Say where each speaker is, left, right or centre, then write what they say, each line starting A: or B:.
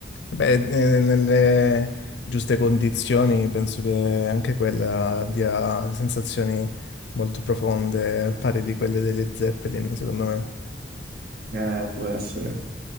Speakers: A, on the left; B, on the right.
A: Beh, eh, nelle giuste condizioni penso che anche quella dia sensazioni molto profonde, al pari di quelle delle Zeppelin, secondo me.
B: Eh, può essere.